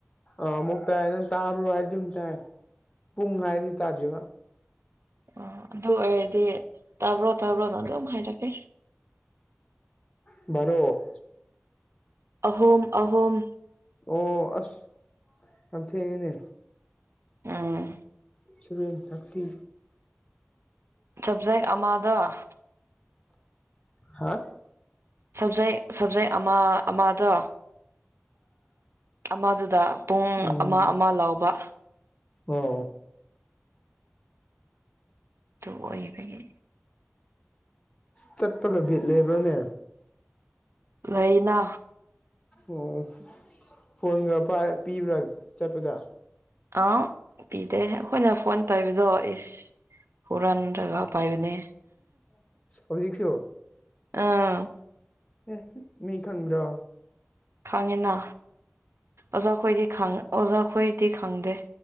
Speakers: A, on the left; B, on the right.
A: ꯑꯥ ꯑꯃꯨꯛ ꯇꯥꯏ ꯅꯪ ꯇꯥꯕ꯭ꯔꯣ ꯍꯥꯏꯔꯗꯤ ꯑꯗꯨꯝ ꯇꯥꯏ ꯄꯨꯡ ꯉꯥꯏꯔꯗꯤ ꯇꯥꯗꯦꯕ
B: ꯑꯣ ꯑꯗꯨ ꯑꯣꯏꯔꯗꯤ ꯇꯥꯕ꯭ꯔꯣ ꯇꯥꯕ꯭ꯔꯣꯅꯪ ꯑꯗꯨꯝ ꯍꯥꯏꯔꯛꯀꯦ
A: ꯔꯣ
B: ꯑꯍꯣꯝ ꯑꯍꯣꯝ
A: ꯑꯣ ꯑꯁ ꯌꯥꯝ ꯊꯦꯡꯉꯤꯅꯦ
B: ꯑꯥ
A: ꯁ ꯊꯀꯤ
B: ꯁꯕꯖꯦꯛ ꯑꯃꯗ
A: ꯍꯥ
B: ꯁꯕꯖꯦꯛ ꯁꯕꯖꯦꯛ ꯑꯃ ꯑꯃꯗ ꯑꯃꯗꯨꯗ ꯄꯨꯡ
A: ꯎꯝ
B: ꯑꯃ ꯑꯃ ꯂꯥꯎꯕ
A: ꯑꯣ
B: ꯇ ꯑꯣꯏꯍꯕꯒꯤ
A: ꯆꯠꯄꯒ ꯕꯤꯠ ꯂꯩꯕ꯭ꯔꯣꯅꯦ
B: ꯂꯩꯅ
A: ꯑꯣ ꯐꯣꯟꯗꯨ ꯄꯤꯕ꯭ꯔꯥ ꯆꯠꯄꯗ
B: ꯑꯥ ꯄꯤꯗꯦ ꯑꯩꯈꯣꯏꯅ ꯐꯣꯟ ꯇꯧꯕꯗꯣ ꯏꯁ ꯄꯨꯔꯥꯅ ꯇꯒ ꯄꯥꯏꯕꯅꯦ
A: ꯁꯖꯁꯤ
B: ꯑꯥ
A: ꯑꯦ ꯃꯤ ꯈꯪꯕ꯭ꯔꯣ
B: ꯈꯥꯡꯉꯤꯅ ꯑꯣꯖꯥ ꯈꯣꯏꯗꯤ ꯑꯣꯖꯥꯈꯣꯏꯗꯤ ꯈꯪꯗꯦ